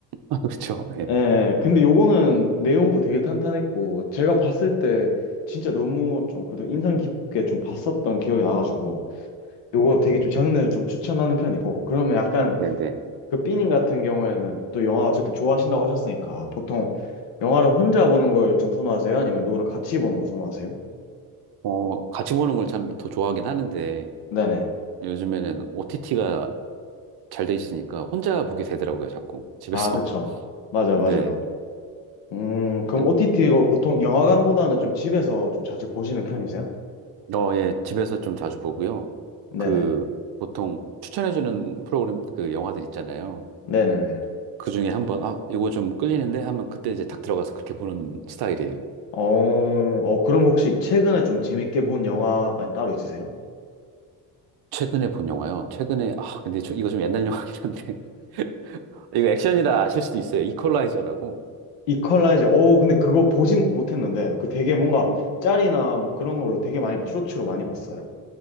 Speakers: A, on the right; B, on the left.
A: 아, 그렇죠. 예.
B: 예, 근데 요거는 내용도 되게 탄탄했고, 제가 봤을 때 진짜 너무 좀 그래도 인상 깊게 좀 봤었던 기억이 나가지고, 요거 되게
A: 어,
B: 좀 장르를 좀 추천하는 편이고, 그러면 약간
A: 네네.
B: 그 삐님 같은 경우에는 또 영화 어쨌든 좋아하신다고 하셨으니까, 보통 영화를 혼자 보는 걸 좀 선호하세요? 아니면 누구랑 같이 보는 걸 선호하세요?
A: 어, 같이 보는 걸 참 더 좋아하긴 하는데,
B: 네네.
A: 요즘에는 OTT가 잘 돼 있으니까 혼자 보게 되더라고요, 자꾸. 집에서.
B: 아, 그쵸.
A: <laughs>
B: 맞아요,
A: 네.
B: 맞아요. 음, 그럼
A: 네.
B: OTT로 보통 영화관보다는 좀 집에서 좀 자주 보시는 편이세요?
A: 어, 예. 집에서 좀 자주 보고요.
B: 네네.
A: 그, 보통 추천해주는 프로그램, 그 영화들 있잖아요.
B: 네네네.
A: 그 중에 한번, 아, 이거 좀 끌리는데 하면 그때 이제 탁 들어가서 그렇게 보는 스타일이에요.
B: 어, 어, 그럼 혹시 최근에 좀 재밌게 본 영화가 따로 있으세요?
A: 최근에 본 영화요. 최근에, 아, 근데 저- 이거 좀 옛날 영화긴 한데. <laughs> 이거 액션이라 아실 수도 있어요. 이퀄라이저라고.
B: 이퀄라이저. 어, 근데 그거 보진 못했는데, 그 되게 뭔가
A: 음,
B: 짤이나 뭐 그런 걸로 되게 많이 봤, 쇼츠로 많이 봤어요.